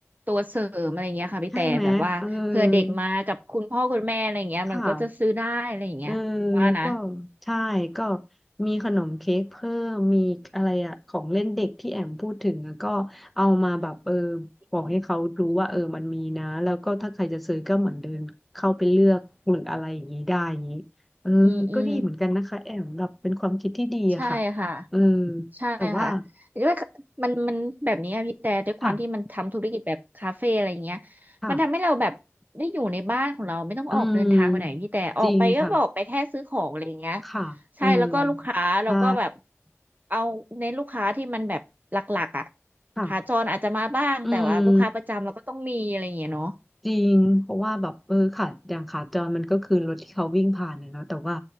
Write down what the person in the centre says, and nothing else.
ใช่ไหมเออค่ะเออแล้วก็ใช่ก็มีขนมเค้กเพิ่มมีอะไรอะของเล่นเด็กที่แอมพูดถึงอะก็เอามาแบบเออ
บอกให้เขารู้ว่าเออมันมีนะแล้วก็ถ้าใครจะซื้อก็เหมือนเดินเข้าไปเลือกหรืออะไรอย่างนี้ได้อย่างนี้เออก็ดีเหมือนกันนะคะแอมแบบเป็นความคิดที่ดีอะค่ะ
เออ
แต่ว่า
ค่ะค่ะ
อืมจริงค่ะค่ะเออ
ใช่
ค่ะ
อืม จริงเพราะว่าแบบเออขาอย่างขาจรมันก็คือรถที่เขาวิ่งผ่านนะเนาะแต่ว่า